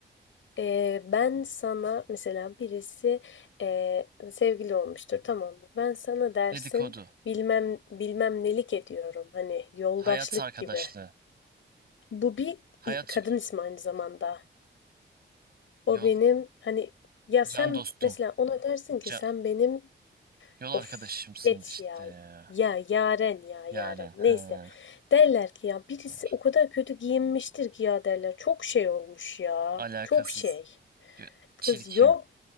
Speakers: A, on the left; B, on the right.
A: Ee, ben sana mesela birisi ee, sevgili olmuştur tamam mı? Ben sana dersin
B: Dedikodu.
A: bilmem bilmem nelik ediyorum. Hani yoldaşlık
B: Hayat arkadaşlığı.
A: gibi. Bu bir
B: Hayat
A: i- kadın
B: yo-
A: ismi aynı zamanda. O
B: yol
A: benim hani ya sen
B: can dostum.
A: mesela ona dersin ki
B: Can
A: sen benim
B: yol arkadaşımsınız
A: Of geç
B: işte
A: ya.
B: ya.
A: Ya Yaren ya Yaren.
B: Yaren.
A: Neyse.
B: He.
A: Derler ki ya birisi
B: Doğru.
A: o kadar kötü giyinmiştir ki ya derler. Çok şey olmuş ya.
B: Alakasız.
A: Çok şey.
B: Gö-
A: Kız
B: Çirkin.
A: yok.